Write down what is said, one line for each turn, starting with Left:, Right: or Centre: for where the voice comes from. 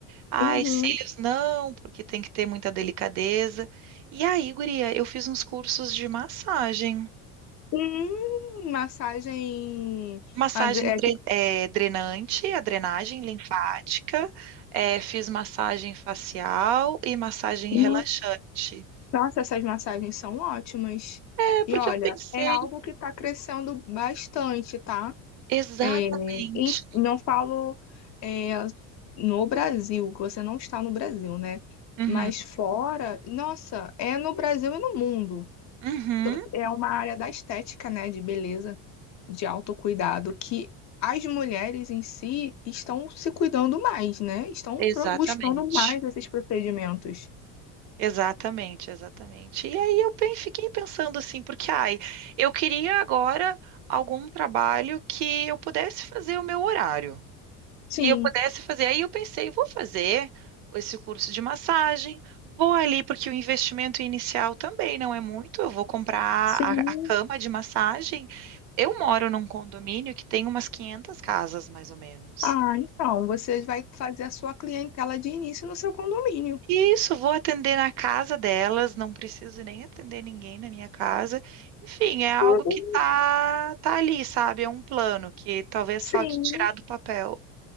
Right: Ai,
Left: Uhum.
Right: cílios não, porque tem que ter muita delicadeza. E aí, guria, eu fiz uns cursos de massagem.
Left: Hum, massagem.
Right: Massagem
Left: made- É,
Right: dre-
Left: tipo,
Right: eh, drenante, a drenagem linfática, eh, fiz massagem facial e massagem
Left: sim,
Right: relaxante.
Left: Nossa, essas massagens são ótimas.
Right: É porque
Left: E olha,
Right: eu pensei
Left: é algo que está crescendo bastante, tá?
Right: exatamente.
Left: É, e não falo é, no Brasil, que você não está no Brasil, né?
Right: Uhum,
Left: Mas fora, nossa, é no Brasil e no mundo.
Right: uhum,
Left: To- É uma área da estética, né? De beleza, de autocuidado, que as mulheres em si estão se cuidando mais, né? Estão
Right: exatamente.
Left: pro- buscando mais esses procedimentos.
Right: Exatamente, exatamente. E aí eu pen- fiquei pensando assim, porque ai, eu queria agora algum trabalho que eu pudesse fazer o meu horário.
Left: Sim,
Right: E eu pudesse fazer. Aí eu pensei, vou fazer esse curso de massagem, vou ali, porque o investimento inicial também não é muito. Eu vou comprar
Left: sim.
Right: a, a cama de massagem. Eu moro num condomínio que tem umas 500 casas, mais ou menos.
Left: Ah, então, você vai fazer a sua clientela de início no seu condomínio.
Right: Isso, vou atender na casa delas, não preciso nem atender ninguém na minha casa. Enfim, é algo
Left: Uhum.
Right: que tá, tá ali, sabe? É um plano que talvez
Left: Sim,
Right: falte tirar do papel.